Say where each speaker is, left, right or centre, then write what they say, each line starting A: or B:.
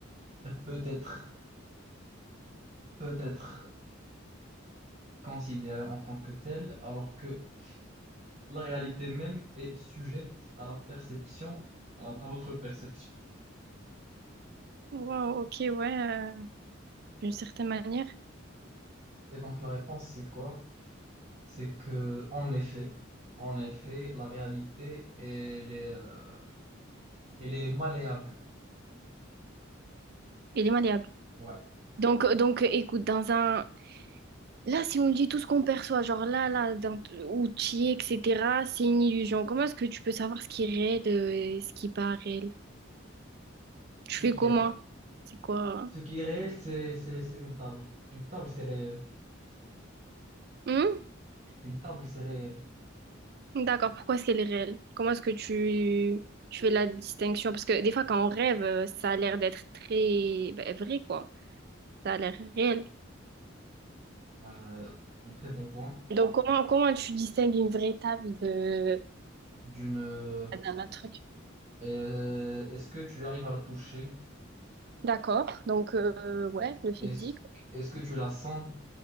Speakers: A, on the right; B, on the right.
A: peut être, peut être considérée en tant que telle alors que La réalité même est sujette à la perception, à, à notre perception.
B: Wow, ok, ouais, euh, d'une certaine manière,
A: Et donc la réponse, c'est quoi? C'est que, en effet, en effet, la réalité, elle est, euh, elle est malléable.
B: il est malléable.
A: Ouais,
B: Donc, euh, donc, euh, écoute, dans un... Là, si on dit tout ce qu'on perçoit, genre là, là, dans... t- où tu es, etc., c'est une illusion. Comment est-ce que tu peux savoir ce qui est réel euh, et ce qui n'est pas réel? Tu
A: ce
B: fais
A: qui
B: comment?
A: est réel.
B: C'est quoi?
A: Ce qui est réel, c'est, c'est, c'est une table. Une table, c'est réel.
B: Hmm
A: Une table, c'est réel.
B: D'accord, pourquoi est-ce qu'elle est réelle? Comment est-ce que tu, tu fais la distinction? Parce que des fois, quand on rêve, euh, ça a l'air d'être très ben, vrai, quoi. Ça a l'air réel.
A: Euh, un très bon point.
B: Donc, comment, comment tu distingues une vraie table de...
A: D'une, euh,
B: D'un autre truc.
A: euh, est-ce que tu arrives à la toucher?
B: D'accord, donc, euh, ouais, le physique.
A: Est-ce, est-ce que tu la sens?